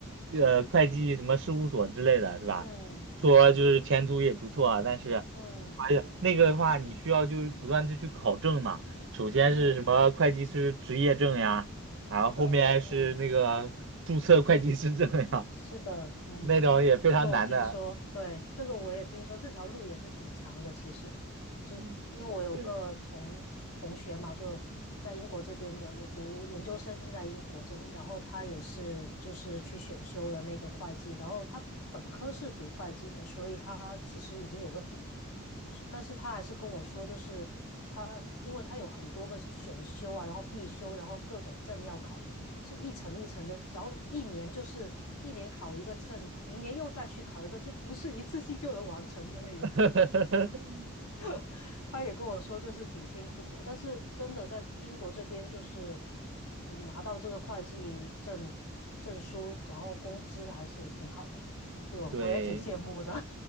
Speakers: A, on the right (about 55°); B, on the left (about 85°).
A: 呃，会计什么事务所之类的，是吧？
B: 嗯嗯
A: 说就是前途也不错啊，但是，
B: 嗯
A: 哎呀，那个的话，你需要就是不断的去考证嘛。首先是什么会计师执业证呀，
B: 嗯，
A: 然后后面是那个注册会计师证呀，
B: 是的，嗯。是的，嗯，
A: 那种也非常难的。
B: 这个我听说，对，这个我也听说，这条路也是挺长的。其实，就是因为我有个同同学嘛，
A: 嗯，对，
B: 就在英国这边的，我读研究生是在英国这里，然后他也是就是去选修了那个会计，然后他本科是读会计的，所以他其实已经有个底，但是他还是跟我说，就是他因为他有很多个选修啊，然后必修，然后各种证要考。是一层一层的，然后一年就是一年考一个证，明年又再去考一个，就不是一次性就能完成的那个。
A: <laughs>
B: <laughs> 他也跟我说，就是挺辛苦的，但是真的在英国这边，就是嗯拿到这个会计证证书，然后工资还是挺好的，就我也挺羡慕的。
A: 对，